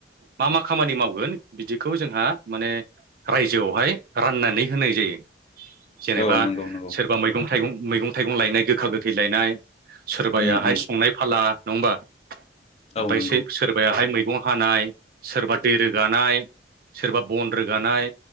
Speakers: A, on the right (about 50°); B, on the left (about 35°).
A: मा मा खामानि मावगोन बिदिखौ जोंहा माने। रायजोआवहाय राननानै होनाय जायो। जेनेबा
B: औ नंगौ नंगौ
A: सोरबा मैगं थाइगं मैगं थाइगं लायनाय गोखा गोखै लायनाय। सोरबायाहाय
B: उम उम
A: संनाय फाला नङा होमबा ओमफ्रायसै
B: औ नंगौ
A: सोरबायाहाय मै मैगं हानाय सोरबा दै रोगानाय सोरबा बन रोगानाय।